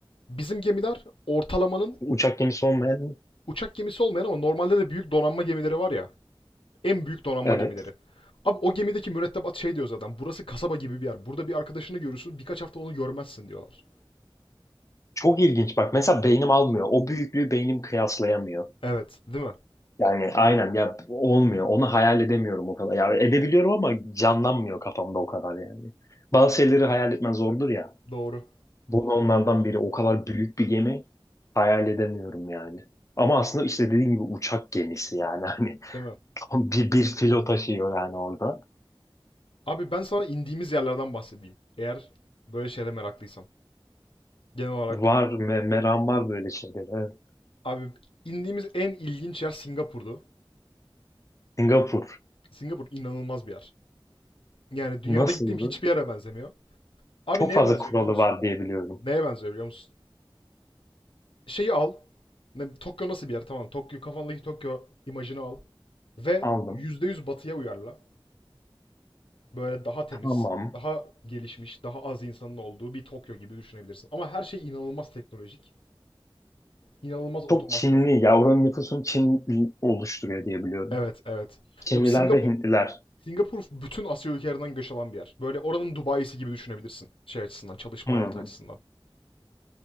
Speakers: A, on the left; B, on the left.
A: bizim gemiler ortalamanın
B: Uçak gemisi olmayan
A: uçak gemisi olmayan ama normalde de büyük donanma gemileri var ya. En büyük donanma
B: evet.
A: gemileri. Abi o gemideki mürettebat şey diyor zaten. Burası kasaba gibi bir yer. Burada bir arkadaşını görürsün. Birkaç hafta onu görmezsin diyorlar.
B: Çok ilginç bak mesela beynim almıyor. O büyüklüğü beynim kıyaslayamıyor.
A: Evet, değil mi?
B: Yani aynen ya olmuyor. Onu hayal edemiyorum o kadar. Ya edebiliyorum ama canlanmıyor kafamda o kadar yani. Bazı şeyleri hayal etmen zordur ya.
A: Doğru.
B: Bu da
A: Doğru.
B: onlardan biri. O kadar büyük bir gemi hayal edemiyorum yani. Ama aslında işte dediğim gibi uçak gemisi yani <laughs> hani
A: Değil mi?
B: tam bir, bir filo taşıyor yani orada.
A: Abi ben sana indiğimiz yerlerden bahsedeyim. Eğer böyle şeylere meraklıysan. Genel olarak.
B: Var me meram var böyle şeylere. Evet.
A: Abi indiğimiz en ilginç yer Singapur'du.
B: Singapur
A: Singapur inanılmaz bir yer. Yani dünyada
B: nasıldı?
A: gittiğim hiçbir yere benzemiyor. Abi
B: Çok
A: neye
B: fazla
A: benziyor
B: kuralı
A: biliyor musun?
B: var diye biliyorum.
A: Neye benziyor biliyor musun? Şeyi al. Ne- Tokyo nasıl bir yer? Tamam. Tokyo kafandaki Tokyo imajını al. Ve
B: Aldım.
A: %100 batıya uyarla. Böyle daha temiz,
B: Tamam.
A: daha gelişmiş, daha az insanın olduğu bir Tokyo gibi düşünebilirsin. Ama her şey inanılmaz teknolojik. inanılmaz otomasyon.
B: Çok Çinli ya oranın nüfusunu Çin oluşturuyor diye biliyorum.
A: Evet, evet.
B: Çinliler
A: Yok Singapur
B: ve Hintliler.
A: Singapur bütün Asya ülkelerinden göç alan bir yer. Böyle oranın Dubai'si gibi düşünebilirsin. Şey açısından, çalışma
B: Hı hı.
A: hayatı açısından.